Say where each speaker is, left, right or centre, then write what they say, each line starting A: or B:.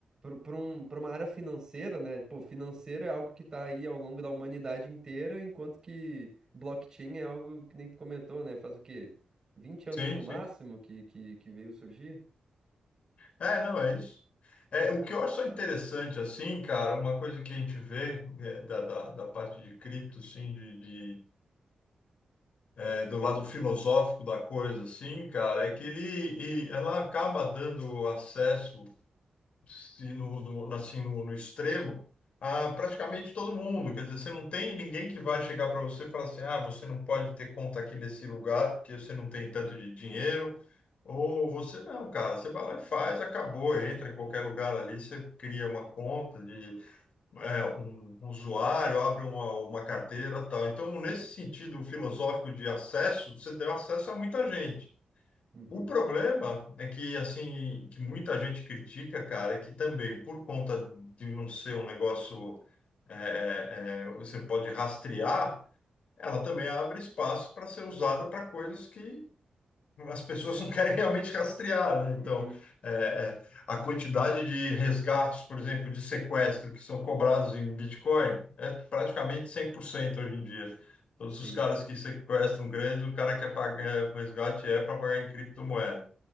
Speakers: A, on the right (about 30°); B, on the left (about 65°).
A: para um, para uma área financeira, né? Pô, financeiro é algo que tá aí ao longo da humanidade inteira, enquanto que blockchain é algo que nem tu comentou, né? Faz o quê? Vinte anos
B: Sim,
A: no máximo
B: sim.
A: que, que, que veio surgir?
B: É, não, é isso. É, o que eu acho só interessante, assim, cara, uma coisa que a gente vê é, da, da, da parte de cripto, assim, de, de, é, do lado filosófico da coisa, assim, cara, é que ele, e ela acaba dando acesso se no, no- assim, no, no extremo, a praticamente todo mundo. Quer dizer, você não tem ninguém que vai chegar para você e falar assim: ah, você não pode ter conta aqui nesse lugar porque você não tem tanto de dinheiro. Ou você não, cara, você vai lá e faz, acabou, entra em qualquer lugar ali, você cria uma conta de é, um usuário, abre uma, uma carteira, tal. Então, nesse sentido filosófico de acesso, você deu acesso a muita gente.
A: Uhum.
B: O problema é que, assim, que muita gente critica, cara, é que também, por conta de não ser um negócio é, é, é, você pode rastrear, ela também abre espaço para ser usada para coisas que as pessoas <laughs> não querem realmente rastrear, né? Então,
A: Uhum.
B: é, é, a quantidade de resgates, por exemplo, de sequestro que são cobrados em Bitcoin é praticamente 100% hoje em dia. Todos
A: Sim.
B: os caras que sequestram grande, o cara quer pagar o resgate é para pagar em criptomoeda.